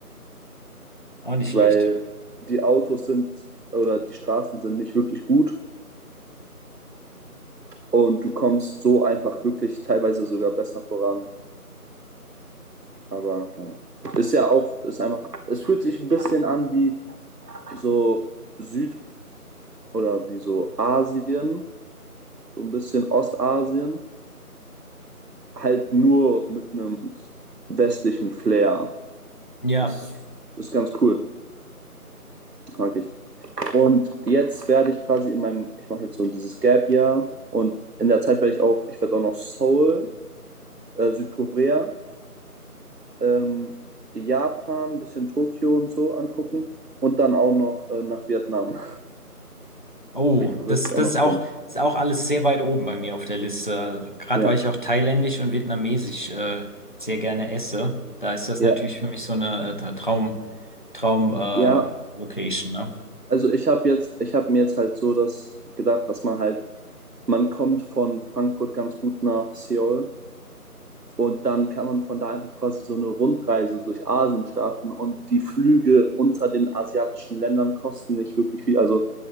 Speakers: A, on the left; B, on the right.
A: Auch nicht schlecht.
B: weil die Autos sind oder die Straßen sind nicht wirklich gut und du kommst so einfach wirklich teilweise sogar besser voran. Aber naja, ist ja auch, ist einfach, es fühlt sich ein bisschen an wie so Süd- oder wie so Asien so ein bisschen Ostasien, halt nur mit einem westlichen Flair.
A: Ja.
B: Das ist, ist ganz cool, mag ich. Und jetzt werde ich quasi in meinem, ich mache jetzt so dieses Gap-Jahr und in der Zeit werde ich auch, ich werde auch noch Seoul, äh, Südkorea, ähm, Japan, ein bisschen Tokio und so angucken und dann auch noch äh, nach Vietnam.
A: Oh,
B: <laughs> Wird
A: das,
B: es
A: das
B: auch noch
A: ist auch,
B: gehen.
A: ist auch alles sehr weit oben bei mir auf der Liste. Gerade
B: Ja,
A: weil ich auch thailändisch und vietnamesisch äh, sehr gerne esse, da ist das
B: ja,
A: natürlich für mich so eine äh, Traum, Traum äh,
B: ja.
A: Location, ne?
B: Also ich habe jetzt, ich habe mir jetzt halt so das gedacht, dass man halt man kommt von Frankfurt ganz gut nach Seoul und dann kann man von da einfach quasi so eine Rundreise durch Asien starten und die Flüge unter den asiatischen Ländern kosten nicht wirklich viel. Also